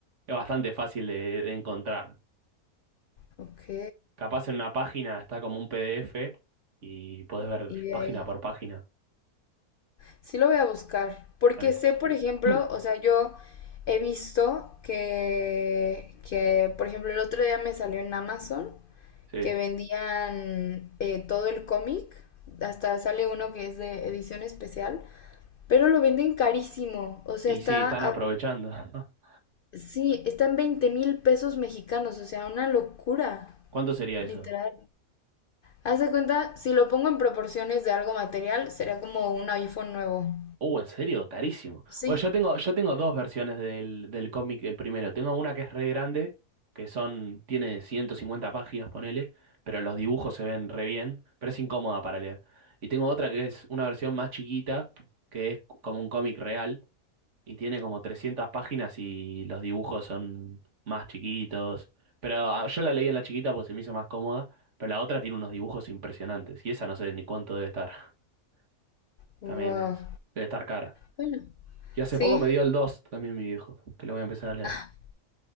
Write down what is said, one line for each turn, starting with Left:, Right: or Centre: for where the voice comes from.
Right: es bastante fácil de, de encontrar.
Left: Ok.
Right: Capaz en una página está como un PDF y podés ver
Left: Y de
Right: página
Left: ahí.
Right: por página.
Left: Sí lo voy a buscar. Porque
Right: Vale.
Left: sé, por ejemplo,
Right: <clears throat>
Left: o sea, yo he visto que, que, por ejemplo, el otro día me salió en Amazon
Right: Sí.
Left: que vendían eh, todo el cómic. Hasta sale uno que es de edición especial. Pero lo venden carísimo. O sea,
Right: Y
Left: está,
Right: sí, están
Left: a-
Right: aprovechando. <laughs>
Left: sí, está en veinte mil pesos mexicanos. O sea, una locura,
Right: ¿Cuánto sería
Left: literal.
Right: eso?
Left: Haz de cuenta, si lo pongo en proporciones de algo material, sería como un iPhone nuevo.
Right: Uh, ¿en serio? Carísimo.
Left: Sí.
Right: Bueno, yo tengo, yo tengo dos versiones del, del cómic del primero. Tengo una que es re grande, que son, tiene 150 páginas, ponele, pero los dibujos se ven re bien, pero es incómoda para leer. Y tengo otra que es una versión más chiquita, que es como un cómic real. y tiene como 300 páginas y los dibujos son más chiquitos. Pero ah, yo la leí en la chiquita porque se me hizo más cómoda, pero la otra tiene unos dibujos impresionantes y esa no sé ni cuánto debe estar. <laughs>
Left: Wow.
Right: También es, debe estar cara.
Left: Bueno,
Right: Y hace
Left: sí.
Right: poco me dio el 2 también mi viejo, que lo voy a empezar a leer.
Left: Ah,